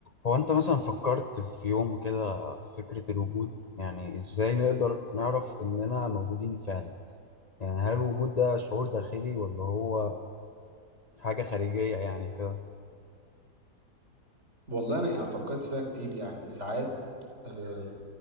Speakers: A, on the left (about 30°); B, on the right (about 45°).
A: هو انت مثلا فكرت في يوم كده في فكرة الوجود يعني ازاي نقدر نعرف اننا موجودين فعلا يعني هل الوجود ده شعور داخلي ولا هو حاجة خارجية يعني كده
B: والله انا يعني فكرت فيها كتير يعني ساعات آه